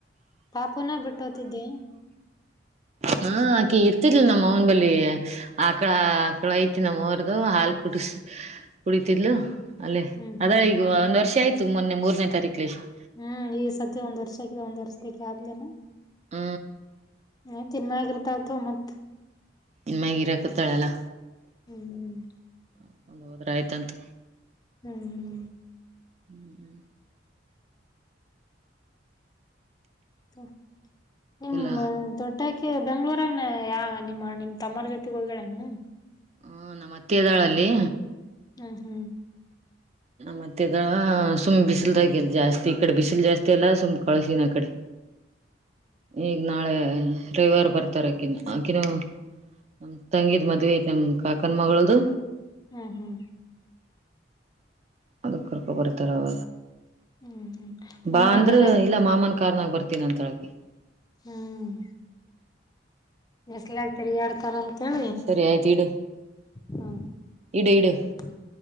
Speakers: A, on the left; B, on the right.
A: ಪಾಪುನ ಬಿಟ್ಟೋತಿದ್ದೆ
B: ಹಾ ಕೀರ್ತಿ ನಮ್ಮ ಅವನ ಬಳ ಆಕಳ ಆಕಳ ಐತಿ ನಮ್ಮವರದು ಹಾಲ್ ಕುಡ ಕುಡ ದ್ಲು ಅಲ್ಲೇ
A: ಹ್ಮ್ ಹ್ಮ್
B: ಅದ್ರೆ ಈಗ
A: ಹ್ಮ್
B: ಒಂದ್ ವರ್ಷ ಆಯ್ತು ಮೊನ್ನೆ ಮೂರನೇ ತಾರೀಕಲೆ ಎಷ್ಟು
A: ಹ್ಮ್ ಈ ಸತಿ ಒಂದ್ ವರ್ಷಕ್ಕ ಒಂದ್ ವರ್ಷದಕ್ಕೆ ಆದ್ಲೇನಾ
B: ಹ
A: ಹ ಚೆನ್ನಾಗಿರ್ತಾವತ್ತು ಮತ್ತ
B: ನಿನ್ಮಾಗಿ ಇರಾಕತ್ತಾಳಲ್ಲಾ
A: ಹ್ಮ್ ಹ್ಮ್
B: ಅಕೊಂಡು ಹೋದ್ರೆ ಆಯ್ತಂತ
A: ಹ್ಮ್
B: ಹ್ಮ್
A: ಹ್ಮ್ ನಿಮ್ಮ
B: ಎಲ್ಲ
A: ದೊಡ್ಡ ಅ ಬೆಂಗ್ಳೂರನ ಯ ನಿಮ್ಮ ನಿಮ್ ತಮ್ಮರ ಜೊತೆಗ್ ಹೋಗಡಣ
B: ಹ್ಮ ನಮ್ಮತ್ತೆ ಇದದಾಳಲ್ಲಿ
A: ಹ್ಮ್ ಹ್ಮ್
B: ಮತ್ತೆದ ಸುಮ್ಮ್ ಬಿಸಿಲ್ದಾಗಲ್ಲ ಜಾಸ್ತಿ ಈ ಕಡೆ ಬಿಸಿಲು ಜಾಸ್ತಿ ಅಲ್ಲ ಸುಮ್ಮ್ ಕಳಸಿನ ಅ ಕಡೆ
A: ಹ <unintelligible>
B: ಈಗ್ ನಾಳೆ ರವಿವಾರ ಬರ್ತಾರ ಅಕನ್ ಆಕಿನ ನಮ ತಂಗಿದ್ ಮದ್ವೆ ನಮ್ ಕಾಕನ್ ಮಗಳ್ದ
A: ಹ್ಮ್ ಹ್ಮ್
B: ಅದುಕ್ಕರ್ಕ ಕೊತರಾವ
A: ಹ್ಮ್ ಹ್ಮ್
B: ಬಾ ಅಂದ್ರ
A: ಇಲ್ಲೆಲ್ಲ
B: ಇಲ್ಲ ಮಾಮನ್ ಕಾರ್ನಾಗ ಬರ್ತೀನಿ ಅಂತ ಹೇಳತಿ
A: ಹ್ಮ್ ಮೆಸ್ಲ್ ಆಗ್ತರಿ ಎಡ್ತಾರಂದ <unintelligible> ಚ
B: ಸರಿ ಆಯ್ತು ಇಡು
A: ಹ್ಮ
B: ಇಡು ಇಡು.
A: <unintelligible>